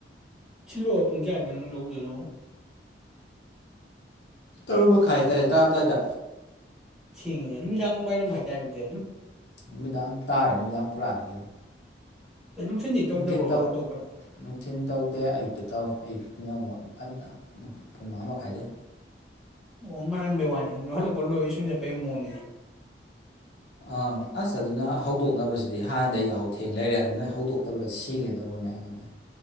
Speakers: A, in the centre; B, on the left (about 75°).
A: ꯁꯤꯜꯂꯛꯑꯣ ꯄꯨꯡ ꯀꯌꯥꯗꯅꯣ ꯅꯪ ꯂꯧꯗꯣꯏꯗꯣ
B: ꯇꯔꯨꯛ ꯃꯈꯥꯏ ꯇꯔꯦꯠ ꯇꯥꯔꯝꯗꯥꯏꯗ
A: ꯊꯦꯡꯉꯦꯅꯦ ꯅꯨꯃꯤꯗꯥꯡ ꯋꯥꯏꯔꯝ ꯍꯥꯏꯗꯥꯏꯗꯦ
B: ꯅꯨꯃꯤꯗꯥꯡ ꯇꯥꯔꯤ ꯅꯨꯃꯤꯗꯥꯡ ꯄꯨꯔꯥꯅꯤ ꯀꯩꯅꯣ
A: ꯅꯨꯡꯊꯤꯟꯗꯤ ꯇꯧꯗꯕ꯭ꯔꯣꯕ
B: ꯅꯨꯡꯊꯤꯜ ꯇꯧ
A: ꯑꯇꯣꯞꯄꯗ
B: ꯅꯨꯡꯊꯤꯜ ꯇꯧꯗꯦ ꯑꯌꯨꯛꯇ ꯇꯧꯏ ꯑꯌꯨꯛꯇꯅ ꯑꯃꯨꯛ ꯉꯟꯅ ꯄꯨꯡ ꯃꯉꯥ ꯃꯈꯥꯏꯗꯩ
A: <unintelligible>
B: ꯑ ꯑꯁ ꯑꯗꯨꯅ ꯍꯧꯗꯣꯛꯅꯕꯁꯤꯗꯤ ꯍꯥꯟꯅꯗ ꯌꯥꯍꯧ ꯊꯦꯡ ꯂꯩꯔꯦ ꯑꯗꯨꯅ ꯍꯧꯗꯣꯛꯅꯕꯗ ꯁꯤꯒꯦ ꯂꯧ ꯑꯣꯏꯅ ꯑꯩꯉꯥꯏ